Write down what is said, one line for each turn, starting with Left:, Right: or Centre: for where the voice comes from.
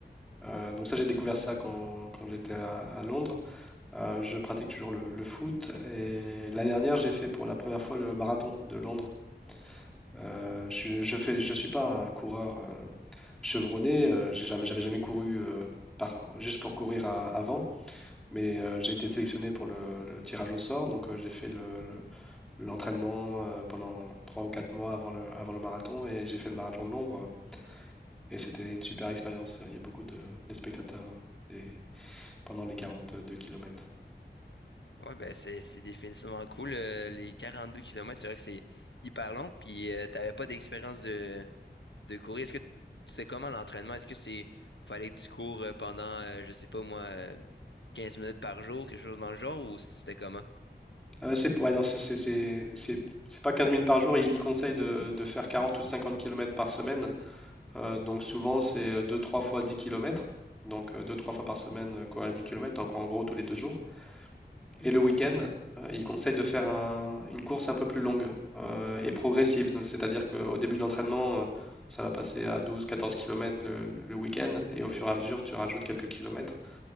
Centre: euh, donc ça, j'ai découvert ça quand, quand j'étais à, à Londres. Euh, je pratique toujours le, le foot et l'année dernière, j'ai fait pour la première fois le marathon de Londres. Euh, je, je fais, je suis pas un coureur euh, chevronné. euh, j'ai- j'avais, j'avais jamais couru euh, par- juste pour courir à- avant, mais euh, j'ai été sélectionné pour le, le tirage au sort, donc euh, j'ai fait le, le- l'entraînement euh, pendant trois ou quatre mois avant le, avant le marathon et j'ai fait le marathon de Londres et c'était une super expérience. Il y a beaucoup de, de spectateurs des, pendant les 42 km.
Left: Ouais, ben c'est c'est définitivement cool. Euh, les deux kilomètres c'est vrai que c'est hyper long. Puis euh, t'avais pas d'expérience de, de courir. Est-ce que tu sais comment l'entraînement? Est-ce que c'est fallait que tu cours euh, pendant, euh, je sais pas moi, euh, 15 minutes par jour, quelque chose dans le genre, ou c'était comment?
Centre: Euh, c'est ouais, non, c'est- c'est- c'est- c'est- c'est pas quinze minutes par jour, ils, ils conseillent de, de faire 40 ou 50 kilomètres par semaine. Euh, donc souvent c'est euh, deux trois fois dix kilomètres Donc euh, deux trois fois par semaine euh, courir dix kilomètres donc en gros tous les deux jours. Et le week-end, euh, il conseille de faire un- une course un peu plus longue euh, et progressive. Donc, C'est-à-dire qu'au début de l'entraînement, euh, ça va passer à 12-14 km le, le week-end et au fur et à mesure, tu rajoutes quelques kilomètres